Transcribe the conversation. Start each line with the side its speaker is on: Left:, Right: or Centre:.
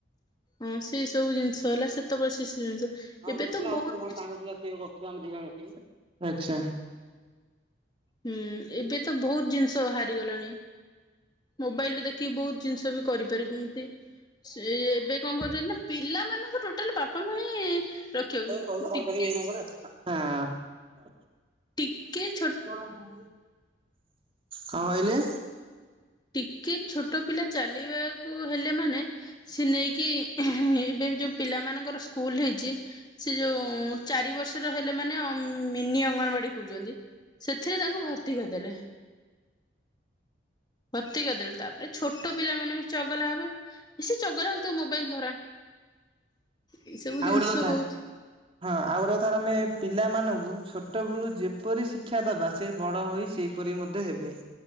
Left: ହଁ ସେ ସବୁ ଜିନିଷ ହେଲା ସେତେବେଳେ ସେ ସବୁ ଜିନିଷ
Right: ଆଉ
Left: ଏବେ
Right: ଗୋଟେ
Left: ତ
Right: ପିଲା
Left: ବହୁତ
Right: ଅଛନ୍ତି ମୋ ସାଙ୍ଗ ପିଲା ସେ ବି କରୁଥିଲା ଆମେ ଦି ଜଣ ମିଶିକି।
Left: ହୁଁ। ଏବେ ତ ବହୁତ୍ ଜିନିଷ ବାହାରିଗଲାଣି। ମୋବାଇଲରୁ ଦେଖିକି ବହୁତ୍ ଜିନିଷ ବି କରିପାରୁଚନ୍ତି। ସେ ଏବେ କଣ କରୁଛନ୍ତି ନା ପିଲାମାନଙ୍କୁ ଟୋଟାଲ ବାପା ମା ହିଁ ରଖିବାକୁ
Right: ହଉ କହିବୁ କଲ୍
Left: ଟିକେ
Right: କରିବି ଏଇ ନମ୍ବର ରେ ଆଉ। ହଁ।
Left: ଟିକେ ଛୋ
Right: <unintelligible> କଣ କହିଲେ?
Left: ଟିକେ ଛୋଟ ପିଲା ଚାଲିବାକୁ ହେଲେ ମାନେ ସେ ନେଇକି ଏବେ ବି ଯୋଉ ପିଲାମାନଙ୍କର ସ୍କୁଲ୍ ହେଇଚି ସେ ଯୋଉ ଚାରି ବର୍ଷର ହେଲେ ମାନେ ମିନି ଅଙ୍ଗନବାଡି କହୁଚନ୍ତି। ସେଥିରେ ତାଙ୍କୁ ଭର୍ତ୍ତି କରିଦେଲେ। ଭର୍ତ୍ତି କରିଦେଲେ ତାପରେ ଛୋଟ ପିଲାମାନେ ବି ଚଗଲା ହେବେ। ସେ ଚଗଲା ହଉଚି ତାକୁ ମୋବାଇଲ୍ ଧରା। ଏଇ ସବୁ
Right: ଆଉ
Left: ଜିନିଷ
Right: ଗୋଟେ କଥା
Left: ହଉଛି
Right: ହଁ। ଆଉ ଗୋଟେ କଥା ଆମେ ପିଲାମାନଙ୍କୁ ଛୋଟବେଳୁ ଯେପରି ଶିକ୍ଷା ଦେବା ସେ ବଡ଼ ହୋଇ ସେ ପରି ମଧ୍ୟ ହେବେ।